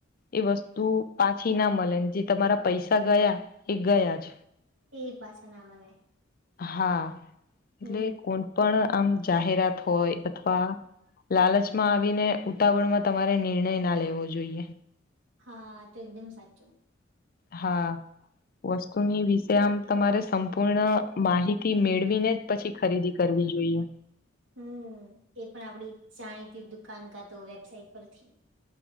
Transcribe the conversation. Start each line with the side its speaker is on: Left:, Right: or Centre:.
Left: એ વસ્તુ પાછી ના મલે, જે તમારા પૈસા ગયા એ ગયા જ.
Right: એય પાછા ના મલે.
Left: હા. એટલે
Right: હમ
Left: કોઈ પણ આમ જાહેરાત હોય અથવા લાલચમાં આવીને, ઉતાવળમાં તમારે નિર્ણય ન લેવો જોઈએ.
Right: હા, તો એકદમ સાચું.
Left: હા વસ્તુની વિશે આમ તમારે સંપૂર્ણ માહિતી મેળવીને જ પછી ખરીદી કરવી જોઈએ
Right: હમ્મ એ પણ આપડી જાણીતી દુકાન કાતો વેબસાઇટ પરથી